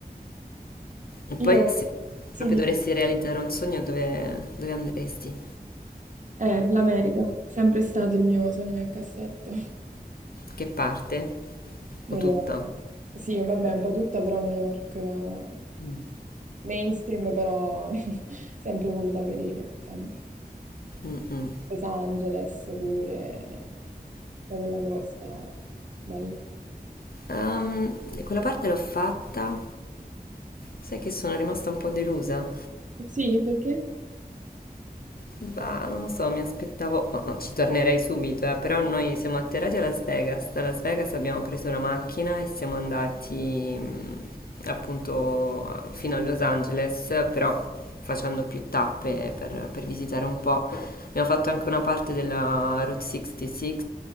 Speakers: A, on the left; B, on the right.
A: E poi
B: Io,
A: se
B: sì,
A: proprio
B: di-
A: dovresti realizzare un sogno, dove, dove andresti?
B: eh, l'America, sempre stato il mio sogno nel cassetto. <laughs>
A: Che parte?
B: New
A: O tutta?
B: York. Sì, vabbè, un po' tutta, però New York, eh,
A: Mm.
B: mainstream, però <laughs> sempre voluta vedere, sempre.
A: Mm-mm.
B: Los Angeles pure, tutta quella costa, bella.
A: Ehm, quella parte l'ho fatta, sai che sono rimasta un po' delusa
B: Sì, perché?
A: Bah, non lo so, mi aspettavo, no, no, ci tornerei subito, eh, però noi siamo atterrati a Las Vegas. Da Las Vegas abbiamo preso la macchina e siamo andati mh, appunto a- fino a Los Angeles, però facendo più tappe per, per visitare un po'. Abbiamo fatto anche una parte della Route 66